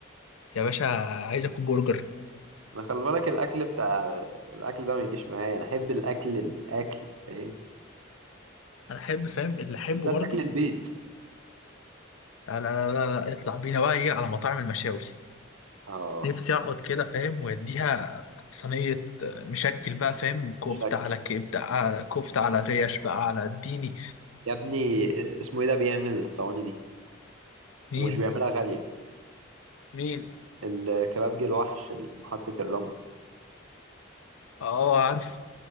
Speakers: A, on the left (about 80°); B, on the right (about 80°).
A: يا باشا عايز اكل برجر
B: انا خلي بالك الاكل بتاع الاكل ده ما يجيش معايا انا احب الاكل الاكل فاهم
A: انا احب فاهم اللي احبه
B: بالذات
A: برضه
B: اكل البيت
A: لا لا لا لا لا، اطلع بينا بقى ايه على مطاعم المشاوي
B: اه
A: نفسي اقعد كده فاهم ويديها صينية آه، مشكل بقى فاهم كفتة
B: مشكل
A: على كبدة على كفتة
B: اه
A: على ريش
B: آه.
A: بقى على اديني
B: يا ابني آه، اسمه ايه ده بيعمل الصواني دي
A: مين
B: ومش بيعملها غاليه
A: مين
B: الكبابجي الوحش اللي في محطه الرمل
A: اه عارف